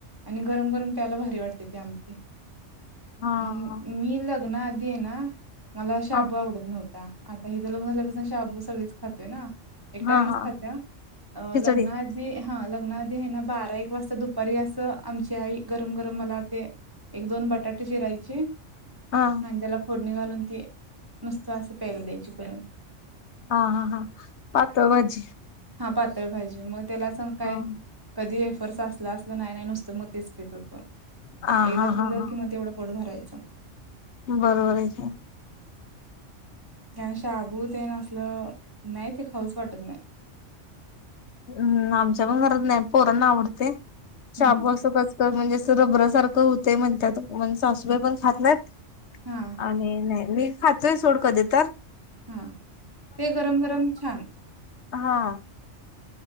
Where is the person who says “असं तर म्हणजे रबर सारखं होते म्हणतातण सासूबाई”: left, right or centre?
Left